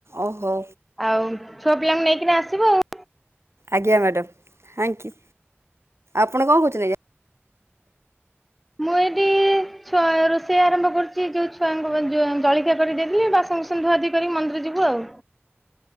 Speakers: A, on the right; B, in the centre.
A: ଓ ହୋ।
B: ଆଉ ଛୁଆ ପିଲାଙ୍କୁ ନେଇକିନା ଆସିବୁ ଆଉ।
A: ଆଜ୍ଞା ମ୍ୟାଡ଼ାମ୍, ଥାଙ୍କୟୁ ଆପଣ କଣ କହୁଛନ୍ତି?
B: ମୁଁ ଏଠି ଛୁଆ ରୋଷେଇ ଆରମ୍ଭ କରୁଛି ଯୋଉ ଛୁଆଙ୍କୁ ଜଳଖିଆ କରିଦେଲି ବାସ ଧୁଆ ଧୁଇ କରି ମନ୍ଦିର ଯିବୁ ଆଉ।